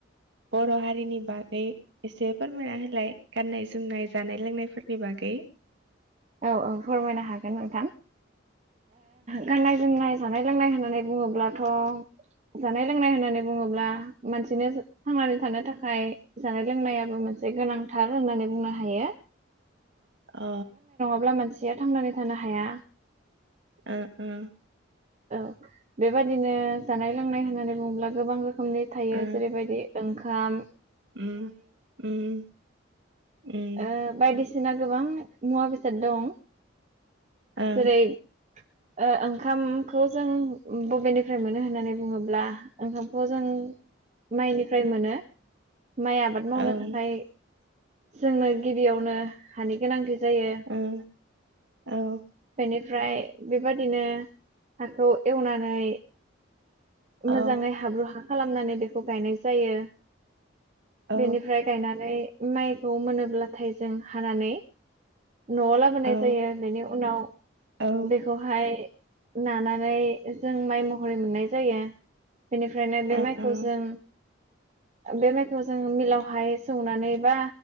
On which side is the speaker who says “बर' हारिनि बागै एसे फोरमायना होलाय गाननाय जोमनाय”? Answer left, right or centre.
Right